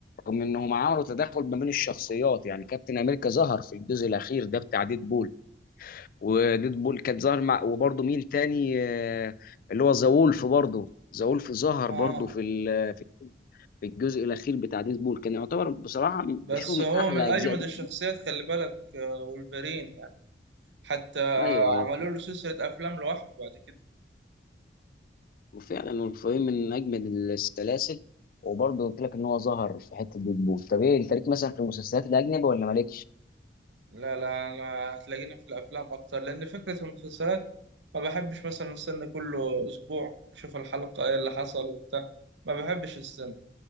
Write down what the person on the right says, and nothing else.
اه
بس
هو
من أجمد
الشخصيات خلي بالك آه، وولفرين يعني حتى
عملوا له سلسلة أفلام لوحده بعد كده
لا لا انا هتلاقيني في الافلام اكتر لان فكره المسلسلات ما بحبش مثلا استنى كل اسبوع اشوف الحلقه ايه اللي حصل وبتاع ما بحبش استنى